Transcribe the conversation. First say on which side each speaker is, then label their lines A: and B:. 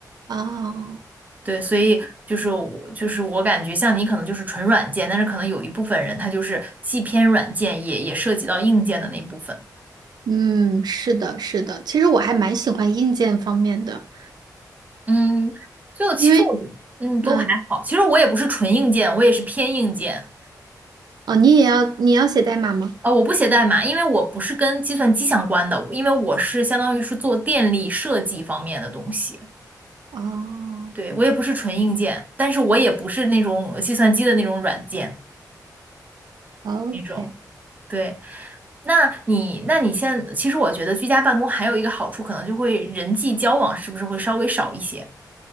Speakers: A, on the right (about 80°); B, on the right (about 25°).
A: 哦，
B: 对，所以就是我就是我感觉像你可能就是纯软件，但是可能有一部分人他就是既偏软件也也涉及到硬件的那部分。
A: 嗯，是的，是的，其实我还蛮喜欢硬件方面的。
B: 嗯，就其实我觉得嗯，
A: 因为。
B: 都还好。
A: 嗯，
B: 其实我也不是纯硬件，我也是偏硬件。
A: 哦，你也要你要写代码吗？
B: 啊、我不写代码，因为我不是跟计算机相关的，因为我是相当于是做电力设计方面的东西。
A: 哦
B: 对，我也不是纯硬件，但是我也不是那种计算机的那种软件
A: ，OK，
B: 那种。对，那你，那你现其实我觉得居家办公还有一个好处，可能就会人际交往是不是会稍微少一些？